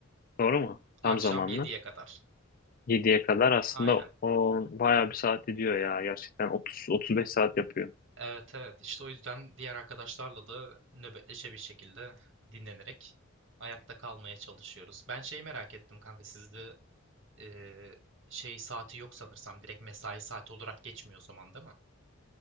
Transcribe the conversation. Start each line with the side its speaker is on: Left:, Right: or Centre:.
Left: doğru mu?
Right: akşam
Left: Tam zamanlı.
Right: yediye kadar.
Left: Yediye kadar aslında
Right: Aynen.
Left: o bayağı bir saat ediyor ya. Gerçekten 30-35 saat yapıyor.
Right: Evet evet işte o yüzden diğer arkadaşlarla da nöbetleşe bir şekilde dinlenerek ayakta kalmaya çalışıyoruz. Ben şeyi merak ettim kanka sizde e, şey saati yok sanırsam direkt mesai saati olarak geçmiyor o zaman değil mi?